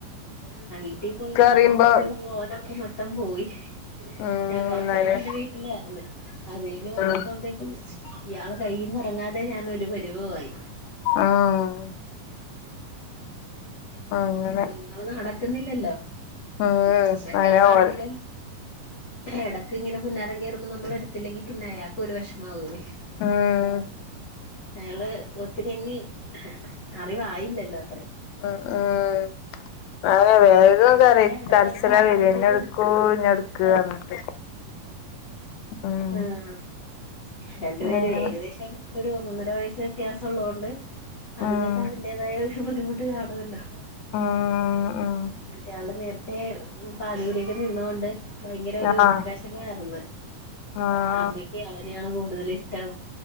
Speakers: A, on the left; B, on the left.
A: ആഹ് വീട്ടിൽ പോയി വന്നപ്പോത്തേക്കുള്ള
B: അറിയുമ്പോ
A: കോലം മൊത്തം പോയി
B: ഉം
A: ഞാൻ കൊറച്ചാള്
B: അതെ
A: എൻറെ വീട്ടിലായിന്ന് അത് കഴിഞ്ഞ് വന്നപ്പോ
B: ഉം
A: ത്തേക്കും ഇയാൾ കയ്യിന്ന് എറങ്ങാതെ ഞാനൊരു പരിവയി
B: ആഹ് അങ്ങനെ
A: കുഞ്ഞുങ്ങൾ നടക്കുന്നില്ലല്ലോ
B: ഉം
A: മറ്റേളാണെങ്കിലും
B: അനെ ഓൽ
A: എടയ്ക്ക് ഇങ്ങനെ പുന്നാരം കേറുമ്പോൾ നമ്മൾ എടുത്തില്ലെങ്കി പിന്നെ അയാൾക്ക് ഒരു വെശമാവൂല്ലേ
B: ഉം
A: അയാള് ഒത്തിരിയങ് അറിവായില്ലല്ലോ അത്രേ
B: ആഹ് ആഹ് അതന്നെ വേഗം
A: രണ്ടുപേരുടെ
B: കറി
A: അടുത്തടുത്ത്
B: കരച്ചില്ല
A: ആയോണ്ടൊരു
B: വെര ഇന്നലെ എടുക്കൂ ഇന്ന
A: ബുദ്ധിമുട്ടായിരുന്നു
B: എടുക്ക പറഞ്ഞിട്ട് ഉം
A: ആഹ് രണ്ടു പേരും
B: അങ്ങനെ
A: ഏകദേശം ഒരു ഒന്നൊന്നര വയസ്സ് വ്യത്യാസം ഉള്ളൊണ്ട് അതിങ്ങക്ക്
B: ഉം
A: അതിന്റേതായ ഒരു ബുദ്ധിമുട്ട് കാണുമല്ലോ
B: ആഹ് ആഹ്
A: മറ്റയാള നേരത്തെ പാലൂകുടിയൊക്കെ നിന്നൊണ്ട് ഭയങ്കര ഒരു
B: ആഹ്
A: വിഷമായിന്ന്
B: ആഹ്
A: അമ്മയ്ക്ക് അവനെയാണ് കൂടുതൽ ഇഷ്ടം